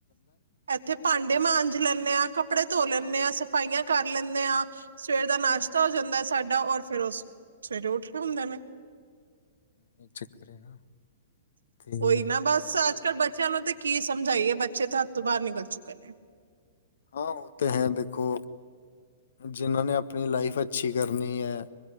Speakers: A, on the right (about 80°); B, on the left (about 70°).
A: ਐਥੇ ਭਾਂਡੇ ਮਾਂਜ ਲੈਨੇ ਆ ਕੱਪ ਕੱਪੜੇ ਧੋ ਲੈਨੇ ਆ ਸਫਾਈਆ ਕਰ ਲੈਨੇ ਆ ਸਵੇਰ ਦਾ ਨਾਸ਼ਤਾ ਹੋ ਜਾਂਦਾ ਸਾਡਾ ਔਰ ਫਿਰ ਓ ਸਵੇਰੇ ਉਠਦੇ ਹੁੰਦੇ ਨੇ।
B: ਹੂੰ ਚੱਕਰ ਏ ਨਾ। ਤੇ
A: ਓਇ ਨਾ ਬਸ ਅੱਜ ਕੱਲ ਬੱਚਿਆ ਨੂੰ ਤੇ ਕੀ ਸਮਝਆਈਏ ਬੱਚੇ ਤੇ ਹੱਥ ਤੋ ਬਾਰ ਨਿਕਲ ਚੁੱਕੇ ਨੇ।
B: ਹਾਂ ਓ ਤੇ ਹੈ ਦੇਖੋ ਜਿੰਨਾ ਨੇ ਅਪਨੀ ਲਾਈਫ ਅੱਛੀ ਕਰਨੀ ਐ।